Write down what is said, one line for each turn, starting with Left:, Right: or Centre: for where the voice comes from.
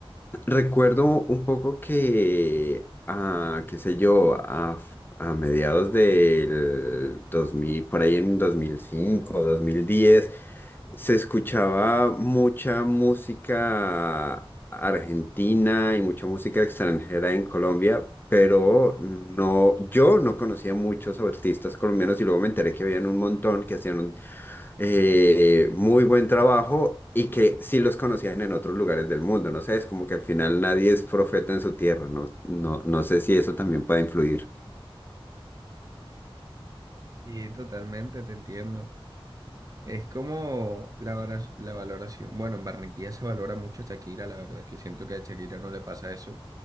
Left: recuerdo un poco que, ah, qué sé yo, a, a mediados del 2000 por ahí en dos dos mil cinco dos mil diez se escuchaba mucha música argentina y mucha música extranjera en Colombia, pero no, yo no conocía muchos artistas colombianos y luego me enteré que habían un montón que hacían un- eh, muy buen trabajo y que sí los conocían en otros lugares del mundo, no sé, es como que al final nadie es profeta en su tierra, no, no, no sé si eso también puede influir.
Right: Y totalmente te entiendo. Es como la, vara- la valoración. Bueno, en Barranquilla se valora mucho a Shakira, la verdad, que siento que a Shakira no le pasa eso